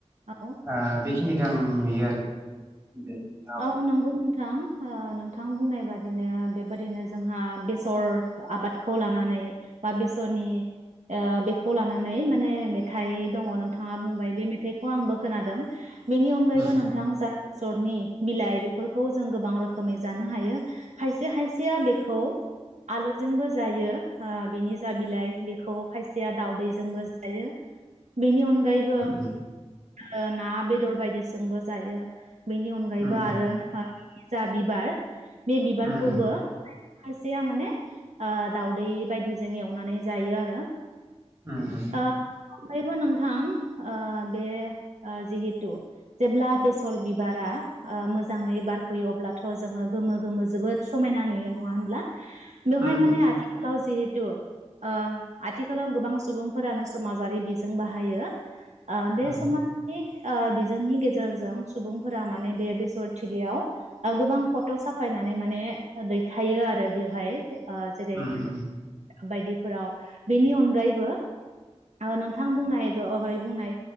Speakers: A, on the right (about 90°); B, on the right (about 30°).
A: औ
B: आ बे खिनिखो नुयो आरो दे नोंथाङा
A: औ
B: बुं।
A: नंगौ नोंथां ओ नोंथां बुंनाय बा दिनो बेबायदिनो जोंहा बेसर आबादखौ लानानै बा बेसरनि ओ बेखौ लानानै माने मे थाय दंङ नोंथाङा बुंबाय बे थाइखौ आंबो खोनादों बेनि अनगायैबो
B: उम
A: नोंथां जा बेसरनि बिलाय बेफोरखौ जों गोबां रोखोमै जानो हायो खायसे-खायसेया बे खौ आलु जोंबो जायो ओ बिनि जा बिलाय बेखौ खायसेया दावउदैजोंबो जायो। बेनि अनगायैबो
B: उम
A: ओ ना बेदर बायदिजोंबो जायो बेनि फ्रायबो
B: उम
A: आरो
B: उम
A: हा जा बिबार बे बिबारखौबो
B: उम
A: खायसेया माने ओ दावदै बायदिजों एवनानै जायो आरो
B: उम उम
A: ओ <unintelligible> थां ओ बे ओ जिहेथु जेब्ला बेसर बिबारा ओ मोजाङै बारहैयो अब्लाथ' जोंङो गोमो-गोमो जोबोद समायना नुयो नङा होनब्ला बेवहाय
B: उम
A: माने आथिखालाव जेहे थु ओ आथिखालाव गोबां सुबुंफोरानो समाजारि बिजों बाहायो ओ बे
B: उम
A: समाज नि ओ बिजोंनि गेजेरजों सुबुंफोरा माने बे बेसरथिलियाव ओ गोबां फट' साफायनानै माने दैथायो आरो बेवहाय ओ जेरै
B: उम उम
A: बायदिफोराव बेनि अनगायैबो ओ नोंथां बुंनाय दहाय बुंनाय